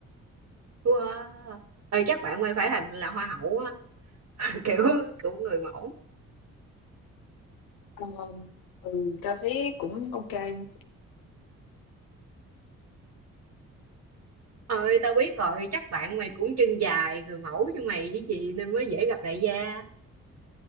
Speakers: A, on the right; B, on the left.
A: Wow. Ừ, chắc bạn mày phải thành là hoa hậu á, <laughs> kiểu kiểu người mẫu.
B: ờ, ừ, tao thấy cũng ok không
A: Ơi tao biết rồi, chắc bạn mày cũng chân dài người mẫu như mày chứ gì nên mới dễ gặp đại gia.